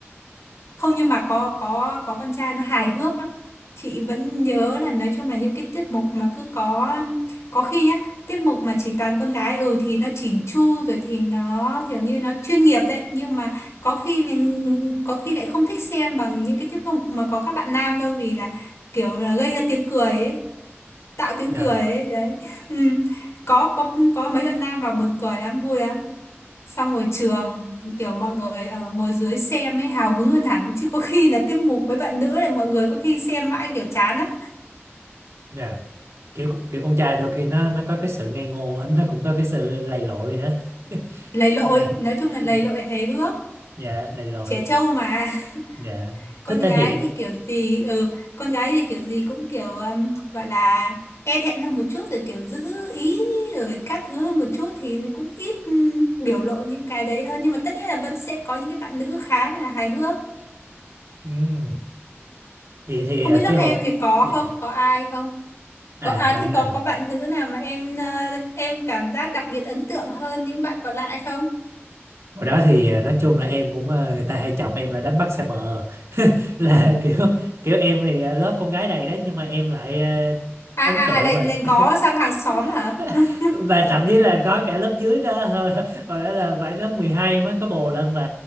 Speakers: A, on the left; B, on the right.
A: không nhưng mà có có có con trai nó hài hước lắm chị vẫn nhớ là nói chung là những cái tiết mục mà cứ có có khi á tiết mục mà chỉ toàn con gái ừ thì nó chỉn chu rồi thì nó kiểu như nó chuyên nghiệp đấy nhưng mà có khi là- có khi lại không thích xem bằng những cái tiết mục mà có các bạn nam đâu vì là kiểu là gây ra tiếng cười ấy tạo tiếng
B: dạ
A: cười ấy đấy <laughs> ừ. có có có mấy bạn nam vào buồn cười lắm vui lắm xong rồi trường kiểu mọi người ờ, ngồi dưới xem ấy hào hứng hơn hẳn chứ có khi là tiết mục với bạn nữ là mọi người có khi xem mãi kiểu chán á
B: dạ kiểu kiểu con trai đôi khi nó nó có cái sự ngây ngô á, nó cũng có cái sự lầy lội nữa
A: lầy lội
B: dạ
A: nói chung là lầy
B: dạ
A: lội hề hước
B: dạ, lầy lội
A: trẻ trâu mà
B: dạ
A: <laughs> con
B: thích
A: gái
B: thể hiện
A: thì kiểu gì ừ con gái thì kiểu gì cũng kiểu um, gọi là e thẹn hơn một chút rồi kiểu giữ ý rồi các thứ hơn một chút thì nó cũng ít um, biểu lộ những cái đấy hơn nhưng mà tất nhiên là vẫn sẽ có những cái bạn nữ khá là hài hước
B: Ừm. vậy thì
A: không
B: à,
A: biết lớp
B: cái
A: em
B: hộp
A: thì có
B: dạ.
A: không có ai không Có
B: à
A: à
B: bạn
A: thế có
B: à,
A: có bạn nữ nào mà em ờ, em cảm giác đặc biệt ấn tượng hơn những bạn còn lại không?
B: hồi đó thì à, nói chung là em cũng à, người ta hay chọc em là đánh bắt xa bờ <laughs> là kiểu kiểu em thì à, lớp con gái đầy đấy nhưng mà em lại à,
A: À
B: ấn
A: à
B: tượng
A: à, lại
B: và
A: lại ngó sang hàng xóm
B: <laughs>
A: hả? <laughs>
B: và thậm chí là có cả lớp dưới cơ <laughs> hồi, hồi đó là phải lớp 12 mới có bồ lên và